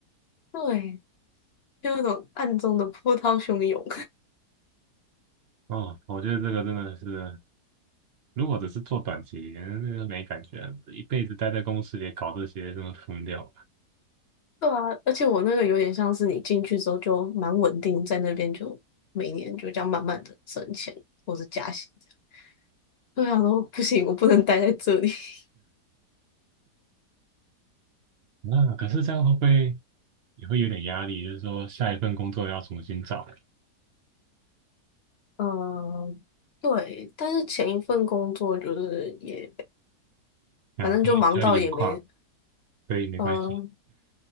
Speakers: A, on the left; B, on the right.
A: 对，就那种暗中的波涛汹涌。”
B: 哦，我觉得这个真的是，如果只是做短期，那个没感觉，一辈子待在公司里搞这些，真的疯掉了。
A: 对啊，而且我那个有点像是你进去之后就蛮稳定，在那边就每年就这样慢慢的升钱或者加薪这样。就想说不行，我不能待在这里。<laughs>
B: 那可是这样会不会也会有点压力？就是说下一份工作要重新找，
A: 嗯，对，但是前一份工作就是也
B: 啊，
A: 反正就忙到也没
B: 因为家里有矿，所以没关系。
A: 嗯